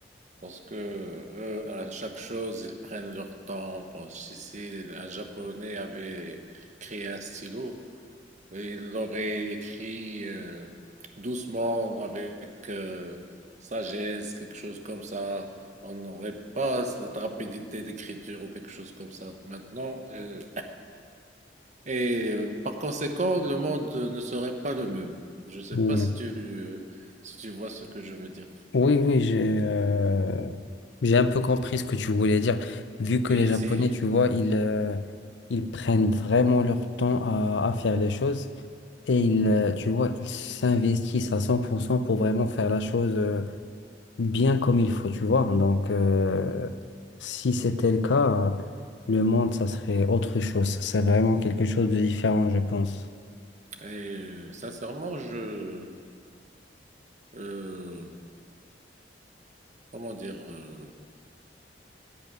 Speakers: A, on the right (about 45°); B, on the left (about 85°).
A: Parce que eux, à chaque chose, ils prennent leur temps. Pense, si si un Japonais avait créé un stylo, il l'aurait écrit euh, doucement, avec euh, sagesse, quelque chose comme ça. On n'aurait pas cette rapidité d'écriture ou quelque chose comme ça maintenant. euh, et euh, par conséquent, le monde ne serait pas le même. Je ne sais
B: Ouais.
A: pas si tu, si tu vois ce que je veux dire.
B: Oui, oui, j'ai euh, j'ai un peu compris ce que tu voulais dire. Vu que
A: Et
B: les Japonais,
A: si.
B: tu vois, ils, euh, ils prennent vraiment leur temps à, à faire les choses et ils, euh, tu vois, ils s'investissent à 100% pour cent pour vraiment faire la chose. euh, bien comme il faut, tu vois. Donc, euh, si c'était le cas, euh, le monde, ça serait autre chose. Ça serait vraiment quelque chose de différent, je pense.
A: Et euh, sincèrement, je, euh, comment dire, euh,